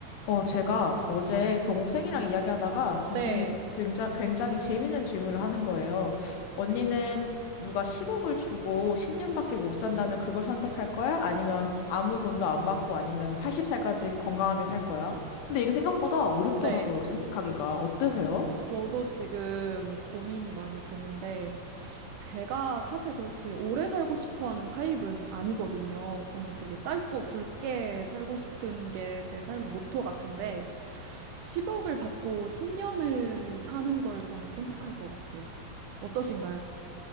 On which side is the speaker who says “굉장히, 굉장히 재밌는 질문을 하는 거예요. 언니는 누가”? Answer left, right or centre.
Left